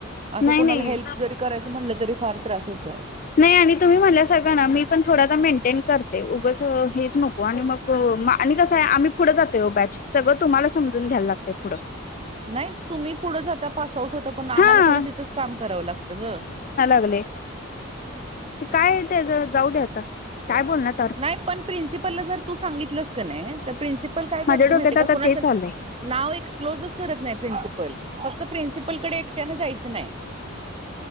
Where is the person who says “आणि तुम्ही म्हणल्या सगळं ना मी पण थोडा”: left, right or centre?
Left